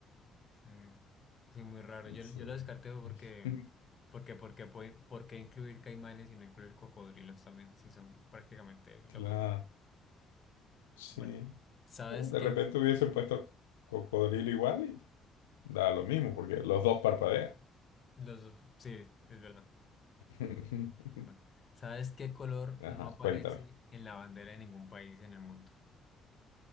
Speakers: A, on the left; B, on the left.
A: sí, sí, muy raro. Yo,
B: Sí.
A: yo lo descarté porque,
B: <laughs>
A: porque, porque, puede- ¿por qué incluir caimanes y no incluir cocodrilos también? Si son prácticamente lo
B: Claro,
A: mismo.
B: sí.
A: Bueno,
B: Eh,
A: ¿sabes
B: De
A: qué?
B: repente hubiesen puesto cocodrilo igual y da lo mismo, porque los dos parpadean.
A: Los dos, sí, es verdad.
B: <laughs>
A: Bueno, ¿sabes qué color
B: Ajá,
A: no aparece
B: cuéntame.
A: en la bandera de ningún país en el mundo?